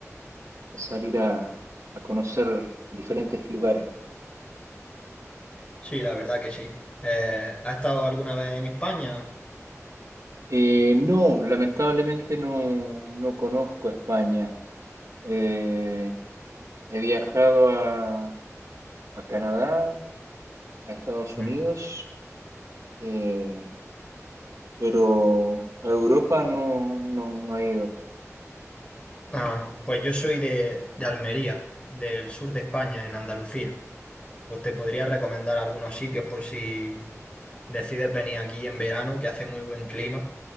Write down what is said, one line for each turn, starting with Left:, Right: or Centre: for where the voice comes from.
Right: el salir a, a conocer diferentes lugares.
Left: sí, la verdad que sí. Eh, ¿has estado alguna vez en España?
Right: Eh, no, lamentablemente no, no conozco España. Eh, he viajado a, a Canadá, a Estados
Left: Mm.
Right: Unidos, eh, pero a Europa no, no, no he ido.
Left: Ah, pues yo soy de, de Almería, del sur de España, en Andalucía. Pues te podría recomendar algunos sitios por si decides venir aquí en verano, que hace muy buen clima.